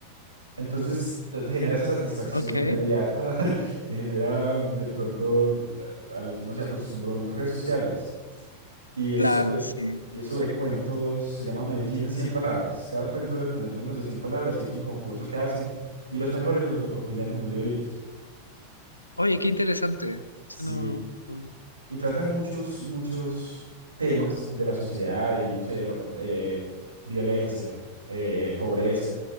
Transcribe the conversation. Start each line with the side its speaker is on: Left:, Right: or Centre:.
Right: Entonces eh, genera esa satisfacción
Left: Ok,
Right: inmediata <laughs> que genera de pronto a lo que uno se acostumbró en redes sociales. Y es
Left: claro,
Right: sobre,
Left: sí.
Right: y es sobre cuentos, se llama Medellín en cien palabras. Cada cuento debe tener menos de 100 palabras y es un concurso que hacen y los mejores los recopilan en un librito.
Left: Oye, qué interesante.
Right: Sí,
Left: Suena muy, muy
Right: y tratan muchos, muchos temas de la sociedad y, no sé, ro- eh, violencia, eh, pobreza,